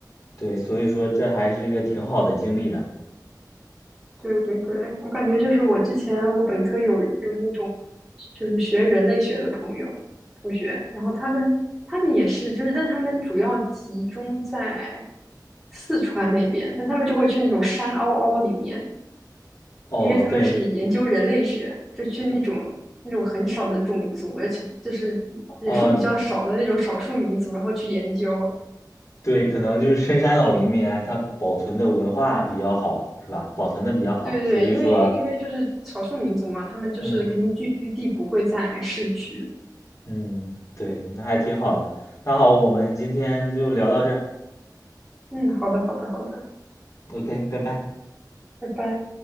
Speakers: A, on the left; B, in the centre.
A: 对，所以说这还是一个挺好的经历的。
B: 对对对，我感觉就是我之前我本科有有那种就是学人类学的朋友同学，然后他们他们也是就是，但他们主要集中在四川那边，但他们就会去那种山凹凹里面，
A: 哦，
B: 因为他们是研究人类学，
A: 对，
B: 就去那种那种很少的种族，而且就是人数比较少的那种少数民族，
A: 哦，
B: 然后去研究。
A: 对，可能就是深山老林里面它保存的文化比较好，是吧？保存的比较好，
B: 对对，
A: 所以说，
B: 因为因为就是少数民族嘛，他们就是肯定聚居地不会在市区，
A: 嗯。嗯，对，那还挺好的。那好，我们今天就聊到这儿。
B: 嗯，好的，好的，好的，
A: OK，拜拜。
B: 拜拜。